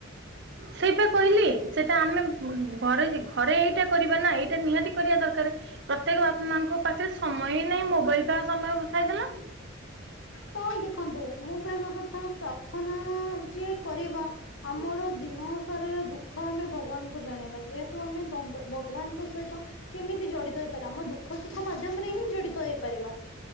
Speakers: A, on the right; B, on the left.
A: ସେ ବେ କହିଲି ସେଟା ଆମେ ଘରେ ଘରେ ଏଇଟା କରିବା ନା ଏଇଟା ନିହାତି କରିବା ଦରକାରେ। ପ୍ରତ୍ୟେକ ବାପା ମାଙ୍କ ପାଖରେ ସମୟ ହିଁ ନାହିଁ ମୋବାଇଲ ପାଖ ସମୟ ପଖାଇଦେଲା।
B: ତ ଦେଖନ୍ତୁ ମୁଁ କହିବା କଥା ପ୍ରାର୍ଥନା ଯେ କରିବା ଆମର ଦିନସାରାର ଦୁଃଖ ଆମେ ଭଗବାନଙ୍କୁ ଜଣେଇବା ଯେହେତୁ ଆମେ ଭ ଭଗବାନଙ୍କ ସହିତ କେମିତି ଜଡିତ ହେଇପାରିବା ଆମ ଦୁଃଖ ସୁଖ ମାଧ୍ୟମରେ ହିଁ ଜଡିତ ହୋଇପାରିବା।